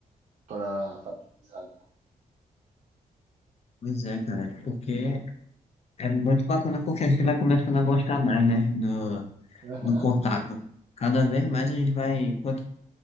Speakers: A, on the right; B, on the left.
A: para aprendizado.
B: Pois é, cara, porque é muito bacana porque a gente vai começando a gostar mais, né, do,
A: né? Aham,
B: do contato. Cada vez mais a gente vai. Quando,